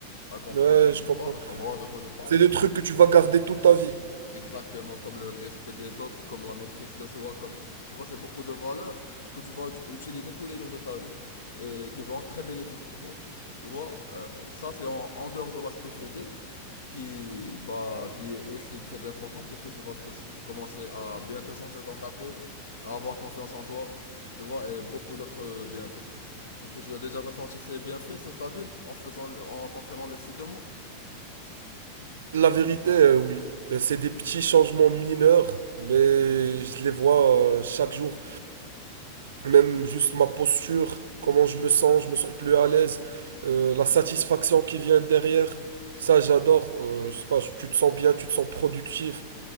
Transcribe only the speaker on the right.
Ouais,
je
comprends.
C'est des trucs que tu vas garder toute ta vie.
La vérité, euh, oui. Euh, C'est des petits changements mineurs, mais je les vois euh, chaque jour. Même juste ma posture, comment je me sens, je me sens plus à l'aise, euh, la satisfaction qui vient derrière, ça j'adore. Euh, je sais pas, tu te sens bien, tu te sens productif.